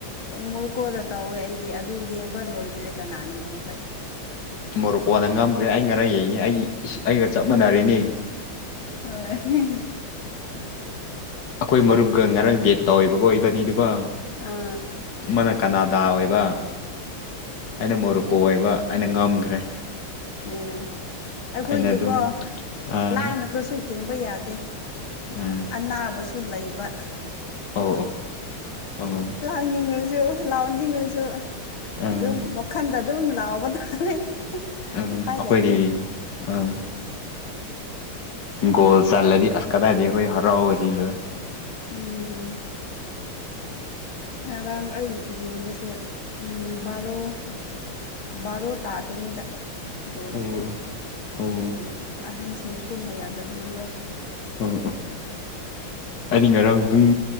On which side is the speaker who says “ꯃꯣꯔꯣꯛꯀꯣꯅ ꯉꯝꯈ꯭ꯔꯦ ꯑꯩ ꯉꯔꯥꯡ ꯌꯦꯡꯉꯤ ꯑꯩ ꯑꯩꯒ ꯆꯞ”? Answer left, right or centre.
Left